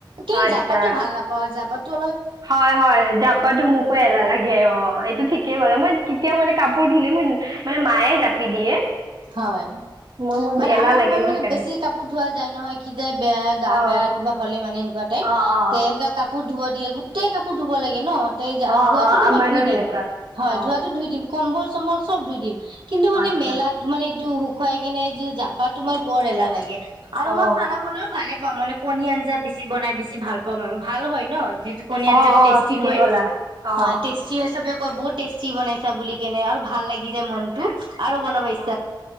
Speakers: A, on the right; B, on the right.
A: কিন্ত
B: আচ্ছা
A: জাপাটো ভাল নাপাওঁ জাপাটো
B: হয় হয় জাপাটো মোকো এলাহ লাগে অ এইটো ঠিকেই গলে মই কেতিয়াও মানে কাপোৰ ধুলে ম মানে মায়ে জাপি দিয়ে
A: হয়
B: মই মোৰ
A: মানে
B: এলাহ
A: আমাৰ
B: লাগে
A: সময়ত
B: মই
A: মানে
B: সেইকাৰণে
A: বেছি কাপোৰ ধোৱা যায় নহয় কি বেয়া গা
B: অ
A: বেয়া কিবা হ'লে মানে তে
B: অ অ অ
A: তে এনেকুৱা কাপোৰ ধুৱা দিয়ে গোটেই কাপোৰ ধুব লাগে ন ত যা
B: অ অ
A: ধৱোতো
B: অ আমাৰো
A: মই ধুই দিম
B: সেনেকুৱা
A: হয়
B: অ
A: ধোৱাতো ধুই দিম কম্বল চম্বল চব ধুই দিম কিন্তু মানে
B: আচ্ছা
A: মেলাত মানে এইটো শুকুৱাই কেনে জাপা তোমাৰ বৰ এলাহ লাগে আৰু
B: অ
A: মই খানা বনাই ভালে পাওঁ মানে কণী আঞ্জা বেছি বনাই বেছি ভাল পাওঁ মানে ভাল হয় ন যিহেটো কণী আঞ্জা
B: অ
A: বেছি
B: অ
A: টেষ্টি
B: ঠিকেই
A: হয়
B: ক'লা অ
A: টেষ্টি হয় চবে ক বহুত টেষ্টি বনাইছা বুলি কেনে আৰু ভাল লাগি যায় মনতটো আৰু বনাবাই